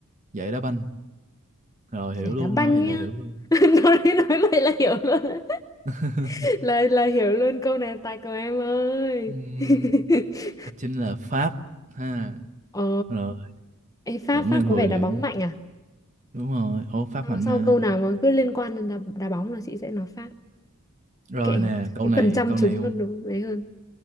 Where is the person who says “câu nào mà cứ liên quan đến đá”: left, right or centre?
Left